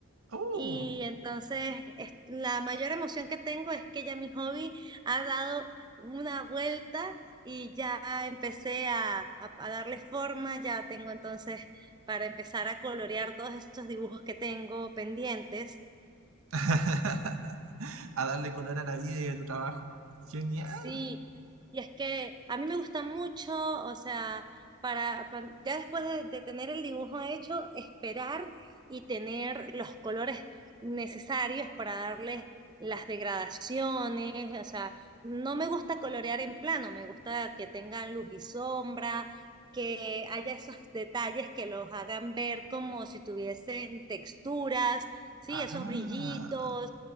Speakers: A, on the right; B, on the right.
A: Uh.
B: y entonces es- la mayor emoción que tengo es que ya mi hobby ha dado una vuelta y ya empecé a, a- a darle forma, ya tengo entonces para empezar a colorear todos estos dibujos que tengo pendientes
A: <laughs> A darle color a la vida y a tu trabajo. Genial.
B: Sí, y es que a mí me gusta mucho, o sea, para cuan- ya después de, de tener el dibujo hecho, esperar y tener los colores necesarios para darle las degradaciones, o sea, no me gusta colorear en plano, me gusta que tengan luz y sombra, que haya esos detalles que los hagan ver como si tuviesen texturas, sí,
A: Ah,
B: esos brillitos.